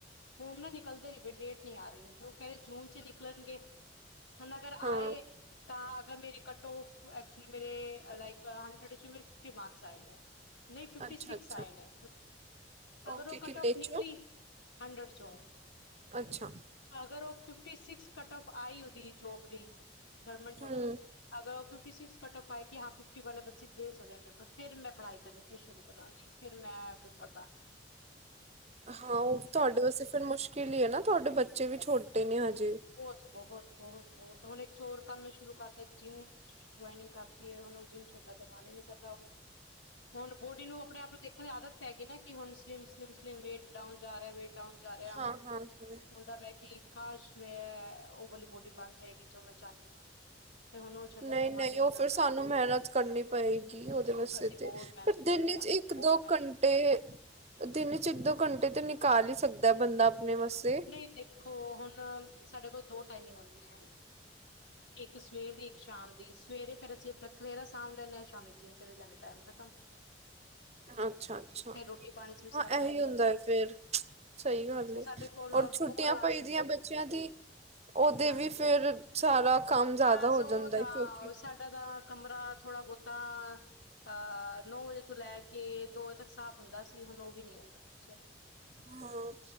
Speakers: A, on the left; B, on the right.
A: ਫੋਮ ਨਾ ਨਿਕਲਦੇ ਨਹੀਂ ਪਏ ਡੇਟ ਨੀ ਆ ਰਹੀ ਉਹ ਕਹਿ ਰਹੇ ਜੂਨ ਚ ਨਿਕਲਣਗੇ। ਹੁਣ ਅਗਰ ਆਏ
B: ਹਾਂ
A: ਤਾਂ ਅਗਰ ਮੇਰੀ ਕਟ ਔਫ ਐਕਚੁਲੀ ਮੇਰੇ ਲਾਈਕ ਹੰਡਡ ਚ ਮੇ ਫਿਫਟੀ ਮਾਕਸ ਆਏ ਨੇ, ਨਹੀਂ ਫਿਫਟੀ
B: ਅੱਛਾ
A: ਸਿਕਸ
B: ਅੱਛਾ
A: ਆਏ ਨੇ। ਅਗਰ
B: ਓਕੇ
A: ਉਹ
B: ਕਿੰਨੇ
A: ਕਟ ਔਫ ਨਿਕਲੀ
B: ਚੋਂ
A: ਹੰਡਡ ਚੋਂ।
B: ਅੱਛਾ
A: ਅਗਰ ਉਹ ਫਿਫਟੀ ਸਿਕਸ ਕੱਟ ਔਫ ਆਈ ਉਹਦੀ ਜੋਬ ਦੀ। ਗਵਰਮੈਂਟ ਜੌਬ
B: ਹਮ
A: ਏ, ਅਗਰ ਫਿਫਟੀ ਸਿਕਸ ਕਟ ਔਫ ਆਏਗੀ ਹਾਫ ਫਿਫ ਫਿਫਟੀ ਵਾਲੇ ਬੱਚੇ ਦੇ ਸਕਦੇ ਪੇਪਰ ਫਿਰ ਮੈਂ ਪੜ੍ਹਾਈ ਕਰਨੀ ਫਿਰ ਸ਼ੁਰੂ ਕਰਾਂਗੀ ਫਿਰ ਮੈਂ ਪਤਾ
B: ਹਾਂ ਉਹ ਤੁਹਾਡੇ ਵਾਸਤੇ ਫਿਰ ਮੁਸ਼ਕਿਲ ਹੀ ਹੈ ਨਾ ਤੁਹਾਡੇ ਬੱਚੇ ਵੀ ਛੋਟੇ ਨੇ ਹਜੇ।
A: ਬਹੁਤ, ਬਹੁਤ, ਬਹੁਤ ਬਹੁਤ ਹੁਣ ਇੱਕ ਹੋਰ ਕੰਮ ਸ਼ੁਰੂ ਕਰਤਾ ਜਿੰਮ ਜੁਆਇਨਿੰਗ ਕਰਤੀ ਹੈ ਹੁਣ ਉਹ ਜਿੰਮ ਛੱਡਣ ਤੇ ਮਨ ਹੀ ਨੀ ਕਰਦਾ ਹੁਣ ਹੁਣ ਬੋਡੀ ਨੂੰ ਆਪਣੇ ਆਪ ਨੂੰ ਦੇਖਣ ਦੀ ਆਦਤ ਪੈ ਗਈ ਨਾ ਕਿ ਹੁਣ slim slim slim weight down ਜਾ ਰਿਹਾ ਵੇਟ ਡਾਊਨ ਜਾ ਰਿਹਾ ਹੁਣ,
B: ਹਾਂ ਹਾਂ ਹਾਂ
A: ਹੁੰਦਾ ਵੇ ਕੀ ਕਾਸ਼ ਐ ਉਹ ਵਾਲੀ ਬੋਡੀ ਬਣ ਜਾਏਗੀ। ਜੋ ਮੈਂ ਚਾਹੁੰਦੀ ਹਾਂ ਤੇ ਹੁਣ ਉਹ ਛੱਡਣ
B: ਨਹੀਂ-ਨਹੀਂ
A: ਤੇ ਮਨ ਹੀ
B: ਉਹ
A: ਨੀ ਕਰਦਾ
B: ਫਿਰ ਸਾਨੂੰ ਮਿਹਨਤ ਕਰਨੀ ਪਏਗੀ ਉਹਦੇ ਵਾਸਤੇ
A: ਅਸੀਂ
B: ਤੇ,
A: ਬਹੁਤ ਮਿਹਨਤ
B: ਪਰ
A: ਕਰਨੇ
B: ਦਿਨ ਚ
A: ਆ ਅਸੀਂ
B: ਇੱਕ-ਦੋ
A: ਬਹੁਤ ਮਿਹਨਤ
B: ਘੰਟੇ,
A: ਕਰਨੇ ਆ।
B: ਦਿਨ ਚ ਇੱਕ-ਦੋ ਘੰਟੇ ਤੇ ਨਿਕਾਲ ਈ ਸਕਦਾ ਬੰਦਾ। ਆਪਣੇ ਵਾਸਤੇ
A: ਨਹੀਂ ਦੇਖੋ ਹੁਣ ਸਾਡੇ ਕੋਲ ਦੋ ਟਾਈਮਿੰਗ ਹੁੰਦੀਆਂ, ਇੱਕ ਸਵੇਰ ਦੀ ਇੱਕ ਸ਼ਾਮ ਦੀ ਸਵੇਰੇ ਫਿਰ ਅਸੀਂ ਆਪਣਾ ਖਲੇਰਾ ਸਾਂਭ ਲੈਂਦੇ ਹਾਂ ਸ਼ਾਮੀ ਜੀਨ ਚਲੇ ਜਾਂਨੇ ਟਾਈਮ ਖਤਮ।
B: ਅੱਛਾ ਅੱਛਾ
A: ਫੇਰ ਰੋਟੀ ਪਾਣੀ ਚ ਵੀ
B: ਹਾਂ
A: ਸਾਰਾ
B: ਇਹੀ
A: ਟਾਈਮ
B: ਹੁੰਦਾ
A: ਜਾਂਦਾ
B: ਹੈ ਫੇਰ ਸਹੀ ਗੱਲ
A: ਅੱਛਾ
B: ਏ।
A: ਸਾਡੇ ਕੋਲ
B: ਔਰ ਛੁੱਟੀਆਂ
A: ਫੋਰ ਆਰਟਸ
B: ਪਈ
A: ਹੁੰਦੇ
B: ਦੀਆਂ
A: ਨੇ
B: ਬੱਚਿਆਂ ਦੀ, ਉਹਦੇ
A: ਹਾਂਜੀ
B: ਵੀ ਫੇਿਰ
A: ਹਾਂਜੀ
B: ਸਾਰਾ ਕੰਮ ਜ਼ਿਆਦਾ
A: ਬਸ
B: ਹੋ
A: ਉਹ
B: ਜਾਂਦਾ
A: ਤਾਂ
B: ਹੈ। ਕਿਉਂਕਿ
A: ਸਾਡਾ ਤਾਂ ਕਮਰਾ ਥੋੜ੍ਹਾ ਬਹੁਤਾ, ਅ ਨੌ ਵਜੇ ਤੋਂ ਲੈ ਕੇ ਦੋ ਵਜੇ ਤੱਕ ਸਾਫ਼ ਹੁੰਦਾ ਸੀ। ਹੁਣ ਉਹ ਵੀ ਨ ਹੁੰਦਾ ਚਲੋ
B: ਹੂੰ